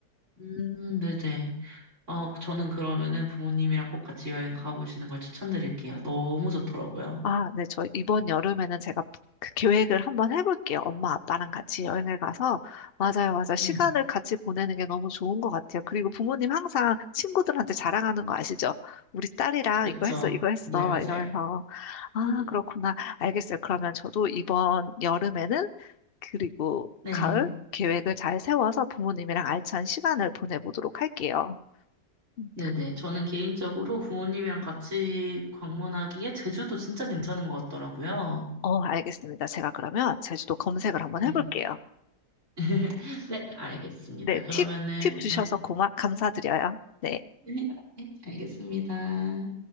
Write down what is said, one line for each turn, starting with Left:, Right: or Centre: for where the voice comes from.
Right: 음,
Left: 음,
Right: 음, 네네. 아, 저는 그러면은 부모님이랑 꼭 같이 여행 가보시는 걸 추천드릴게요. 너무 좋더라고요.
Left: 아, 네, 저 이번 여름에는 제가 그 계획을 한번 해볼게요. 엄마 아빠랑 같이 여행을 가서, 맞아요, 맞아요.
Right: 네,
Left: 시간을 같이 보내는 게 너무 좋은 것 같아요. 그리고 부모님 항상 친구들한테 자랑하는 거 아시죠? 우리 딸이랑
Right: 그쵸.
Left: 이거 했어, 이거 했어,
Right: 맞아요,
Left: 막
Right: 맞아요.
Left: 이러면서. 아,
Right: 음,
Left: 그렇구나. 알겠어요. 그러면 저도 이번 여름에는, 그리고
Right: 네,
Left: 가을 계획을 잘 세워서 부모님이랑 알찬 시간을 보내보도록 할게요. 음.
Right: 네네. 저는 개인적으로 부모님이랑 같이 방문하기에 제주도 진짜 괜찮은 것 같더라고요.
Left: 어, 알겠습니다. 제가 그러면 제주도 검색을 한번
Right: 네,
Left: 해볼게요.
Right: <laughs> 네, 알겠습니다.
Left: 네,
Right: 그러면은,
Left: 팁, 팁 주셔서
Right: 네,
Left: 고마, 감사드려요. 네.
Right: 네, 네, 알겠습니다.